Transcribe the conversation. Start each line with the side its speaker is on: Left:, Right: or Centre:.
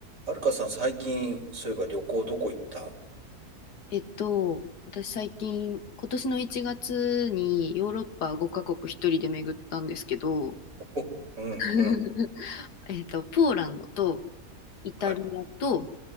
Right: はるかさん最近、そういえば旅行どこ行った
Left: えっと、私最近、今年の1月にヨーロッパ5カ国一人で巡ったんですけど、
Right: おうんうん。
Left: <laughs> えっと、ポーランドとイタリアと
Right: はい。